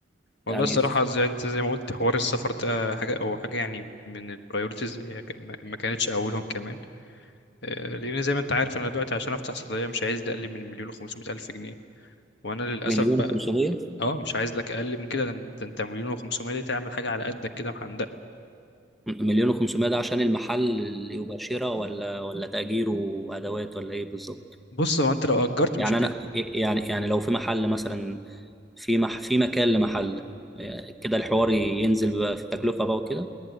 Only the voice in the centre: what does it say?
يعني
مليون
وخمسمية
مليون وخمسمية ده عشان المحل اللي يبقى شراء ولا ولا تأجير وأدوات ولا ايه بالظبط
يعني انا يعني يعني لو في محل مثلا في مح في مكان لمحل آه، كده الحوار ينزل بقى في التكلفة بقى وكده